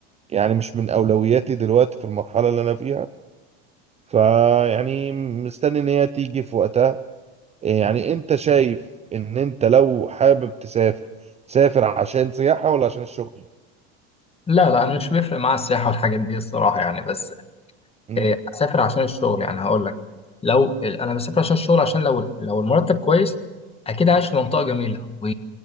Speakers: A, on the right (about 20°); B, on the left (about 20°).
A: يعني مش من أولوياتي دلوقتي في المرحلة اللي أنا فيها فيعني مستني إن هي تيجي في وقتها يعني أنت شايف إن أنت لو حابب تسافر تسافر عشان سياحة ولا عشان الشغل؟
B: لا لا انا مش بيفرق معايا السياحه والحاجات دي الصراحه يعني بس
A: امم
B: اه، اسافر عشان الشغل يعني هقول لك لو انا بسافر عشان الشغل عشان لو لو المرتب كويس اكيد عايش في منطقه جميله و